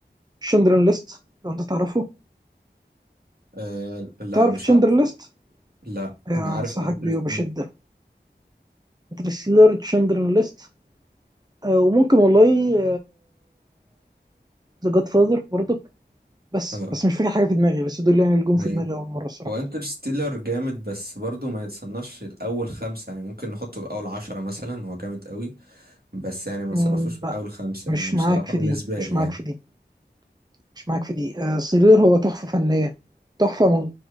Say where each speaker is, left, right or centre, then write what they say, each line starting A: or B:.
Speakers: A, on the right; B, on the right.
A: شندرن ليست لو انت تعرفه
B: آه لا
A: تعرف
B: مش
A: تشندرن
B: عارف
A: ليست
B: لا
A: آه،
B: انا عارف
A: انصحك
B: الانترستيلر
A: بيه وبشده انترستيلر تشندرن ليست آه وممكن والله ذا جاد فاذر برضك بس
B: اه
A: بس مش فاكر حاجه في دماغي بس دول يعني اللي جم في
B: إيه؟
A: دماغي اول مره الصراحه
B: هو انترستيلر جامد بس برضه ما يتصنفش الأول خمسة يعني ممكن نحطه في أول عشرة مثلا هو جامد قوي بس يعني ما
A: مم،
B: تصنفوش في
A: لا
B: أول خمسة
A: مش
B: يعني بصراحة
A: معاك في
B: بالنسبة
A: دي مش
B: لي
A: معاك
B: يعني
A: في دي مش معاك في دي آه سيلر هو تحفه فنيه تحفه من